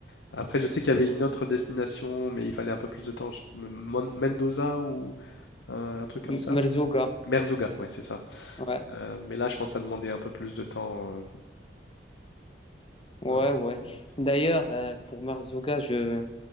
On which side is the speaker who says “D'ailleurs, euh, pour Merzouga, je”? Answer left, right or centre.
Left